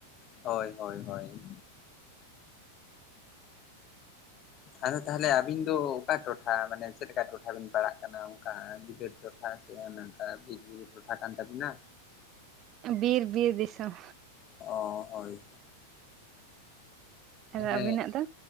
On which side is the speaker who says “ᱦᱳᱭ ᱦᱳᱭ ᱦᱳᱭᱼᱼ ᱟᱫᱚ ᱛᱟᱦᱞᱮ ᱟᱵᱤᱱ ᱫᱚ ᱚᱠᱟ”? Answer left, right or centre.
Left